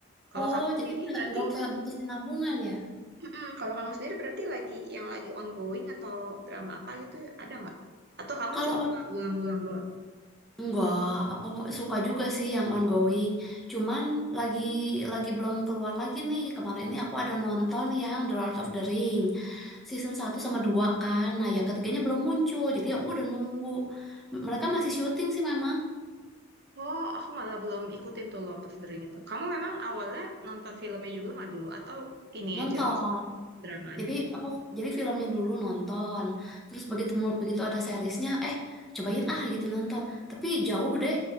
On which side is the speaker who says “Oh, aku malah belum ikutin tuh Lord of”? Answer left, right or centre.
Right